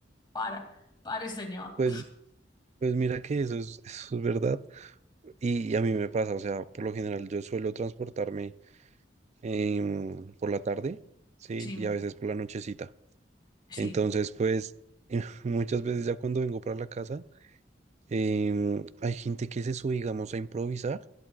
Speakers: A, on the left (about 25°); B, on the right (about 40°).
A: Para, pare, señor.
B: pues, pues mira que eso es, <laughs> eso es verdad. Y, y a mí me pasa, o sea, por lo general yo suelo transportarme em, por la tarde, sí,
A: Sí,
B: y a veces por la nochecita.
A: sí,
B: Entonces, pues, <laughs> muchas veces ya cuando vengo para la casa, em, hay gente que se sube, digamos, a improvisar